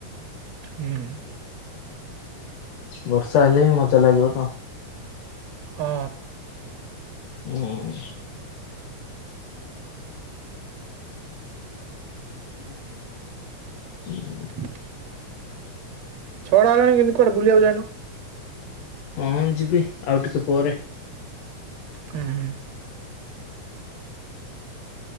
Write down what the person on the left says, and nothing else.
ବର୍ଷା ହେଲେ ହିଁ ମଜା ଲାଗିବ ତ।
ହୁଁ <inaudible>
ହଁ ଯିବି ଆଉ ଟିକେ ପରେ।